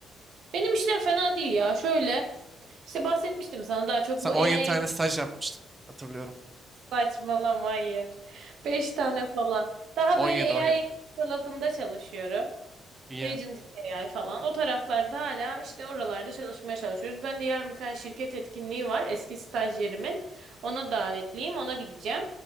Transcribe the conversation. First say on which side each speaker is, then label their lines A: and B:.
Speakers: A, on the right; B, on the right.
A: Benim işler fena değil ya. Şöyle işte bahsetmiştim sana daha çok
B: Sen
A: bu
B: 17
A: AI
B: tane staj yapmıştın hatırlıyorum.
A: Saçmalama hayır. Beş tane falan. Daha
B: On
A: böyle
B: yedi
A: AI
B: on yedi.
A: agent tarafında çalışıyorum.
B: İyi.
A: Agent AI falan. O taraflarda hala işte oralarda çalışmaya çalışıyoruz. Ben de yarın bir tane şirket etkinliği var. Eski stajyerimin. Ona davetliyim. Ona gideceğim.